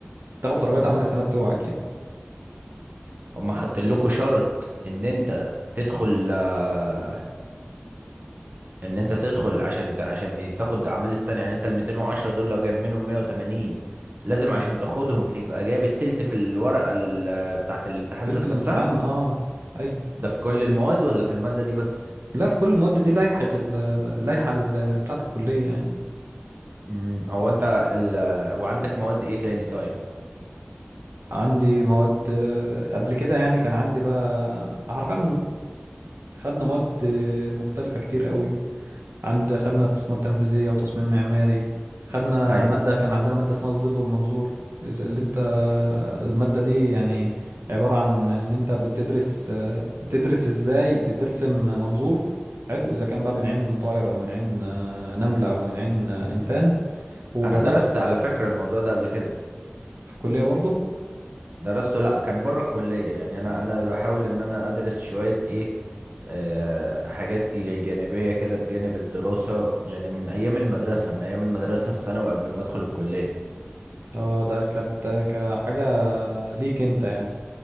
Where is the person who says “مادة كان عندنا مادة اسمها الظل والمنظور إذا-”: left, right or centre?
Right